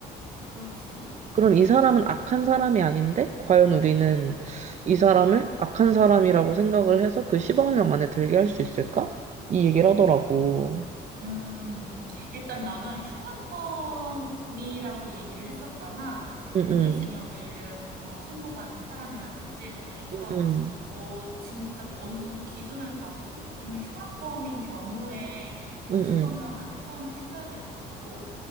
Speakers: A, on the right; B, on the right.
A: 그렇지.
B: 그럼 이 사람은 악한 사람이 아닌데, 과연 우리는 이 사람을 악한 사람이라고 생각을 해서 그 10억 명 안에 들게 할 수 있을까? 이 얘기를 하더라고.
A: 음. 일단 나는 흉악범이라고 얘기를 했었잖아.
B: 응,
A: 무기징역을
B: 응,
A: 뭐 선고받은 사람이라든지 그러니까
B: 응,
A: 어 진짜 뭐 어느 정도 기준을 가지고 좀 흉악범인 경우에 그
B: 응,
A: 10억
B: 응,
A: 명 안에 포함을 시켜야 될 것 같고